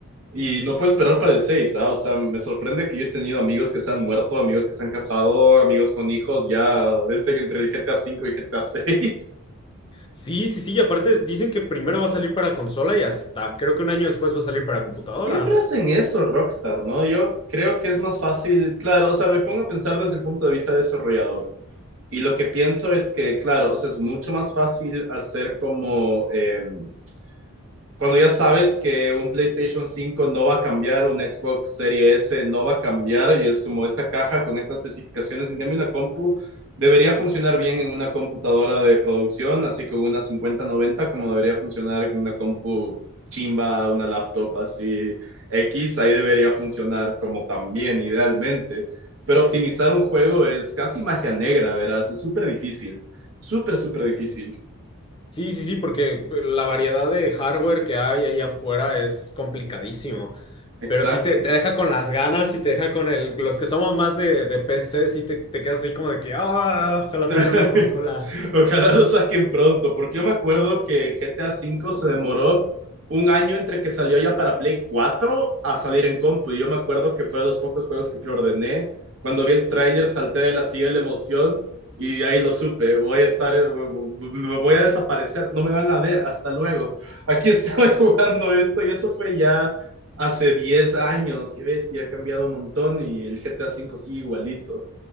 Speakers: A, on the right (about 65°); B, on the left (about 25°).
A: Y no puedo esperar para el seis ¿ah? O sea, me sorprende que yo he tenido amigos que se han muerto, amigos que se han casado, amigos con hijos ya desde que entre el GTA cinco y GTA seis
B: Sí, sí, sí. Y aparte dicen que primero va a salir para consola y hasta creo que un año después va a salir para
A: <laughs>
B: computadora.
A: Siempre hacen eso, Rockstar, ¿no? Yo creo que es más fácil, claro, o sea, me pongo a pensar desde el punto de vista desarrollador. Y lo que pienso es que, claro, o sea, es mucho más fácil hacer como... em, cuando ya sabes que un PlayStation 5 no va a cambiar, un Xbox Series S no va a cambiar, y es como esta caja con estas especificaciones, en cambio una compu debería funcionar bien en una computadora de producción, así como una cincuenta noventa como debería funcionar en una compu chimba, una laptop así X, ahí debería funcionar como también idealmente. Pero optimizar un juego es casi magia negra, verás, es súper difícil, súper, súper difícil.
B: Sí, sí, sí, porque la variedad de hardware que hay allá afuera es complicadísimo.
A: Exacto.
B: Pero sí te, te deja con las ganas y te deja con el. Los que somos más de, de PC, sí te, te quedas ahí como de que, ah, ojalá
A: <laughs>
B: tuviera una consola.
A: Ojalá lo saquen pronto, porque yo me acuerdo que GTA V se demoró un año entre que salió ya para Play 4 a salir en compu. Y yo me acuerdo que fue de los pocos juegos que preordené. Cuando vi el tráiler salté de la silla de la emoción y ahí lo supe. Voy a estar, me voy a desaparecer, no me van a ver, hasta luego. Aquí estoy <laughs> jugando esto y eso fue ya hace 10 años. Qué bestia, ha cambiado un montón y el GTA V sigue igualito.